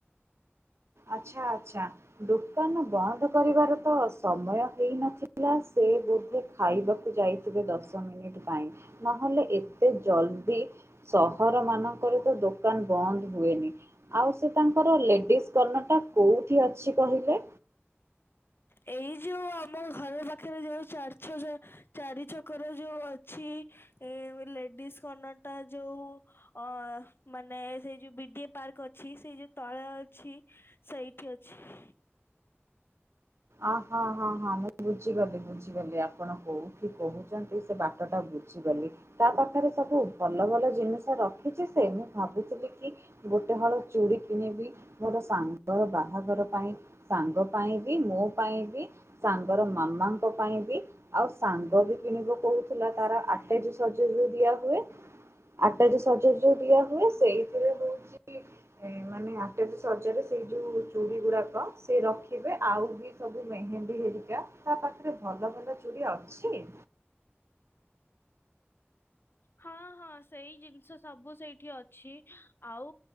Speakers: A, on the right; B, on the left.
A: ଆଛା ଆଛା ଦୋ କାନ ବନ୍ଦ କରିବାର ତ ସମୟ ହେଇନଥିଲା ସେ ବୋଧେ ଖାଇବାକୁ ଯାଇ ତୀକି ଦଶ ମିନିଟ ପାଇଁ ନହଲେ ଏତେ ଜଲଦି ସହର ମାନ ଙ୍କରତ ଦୋକାନ ବନ୍ଦ ହୁଏନି ଆଉ ସେ ତାଙ୍କର ଲେଡିସ କର୍ଣ୍ଣର ଟା କୋଉଠି ଅଛି କହିଲେ?
B: ଏଇ ଯୋଉ ଆମ ଘର ପାଖରେ ଯୋଉ ଚାରି ଛଜ ଚାରି ଛକର ଯୋଉ ଅଛି ଏ ଲେଡିଜ କନ ଟା ଯୋଉ ଅ ମାନେ ସେଇ ଯୋଉ ବି ଡି ଏ ପାର୍କ ଅଛି ସେଇ ଯୋଉ ତଳେ ଅଛି ସେଇଠି ଅଛି।
A: ଅ ହଁ ହଁ ହଁ ମୁଁ ବୁଝିଗଲି ବୁଝିଗଲି ଆପଣ କୋଉଠି କହୁଚନ୍ତି ସେ ବାଟଟା ଭୁ ବୁଝିଗଲି ତା ପାଖରେ ସବୁ ଭଲ ଭଲ ଜିନିଷ ରଖିଛି ସେ ମୁଁ ଭାବୁଥିଲି କି ଗୋ ମୁଁ ଗୋଟେ ହଳ ଚୁଡ଼ି କିଣିବି ମୋର ସାଙ୍ଗର ବାହାଘର ପାଇଁ ସାଙ୍ଗ ପାଇଁ ବି ମୋ ପାଇଁ ବି ସାଙ୍ଗର ମାମାଙ୍କ ପାଇଁ ବି ଆଉ ସାଙ୍ଗ ବି କିଣିବ କୋଉ ଥିଲା ତାର ଆଟେଜେ ସଜଜେ ଦିଆ ହୁଏ ଆଟାଜେ ସଜ ଯୋଉ ଦିଆ ହୁଏ ସେଇଥିରେ ହଉଛି ଏଇ ମାନେ ଆଟେଜେ ସଜରେ ସେଇ ଯୋଉ ଚୁଡ଼ି ଗୁରାକ ସେ ରଖିବେ ଆଉ ବି ସବୁ ମେହେନ୍ଦୀ ହେରିକା ତା ପାଖରେ ଭଲ ଭଲ ଚୁଡ଼ି ଅଛି
B: ହଁ ହଁ ସେଇ ଜିନିଷ ସବୁ ସେଇଠି ଅଛି ଆଉ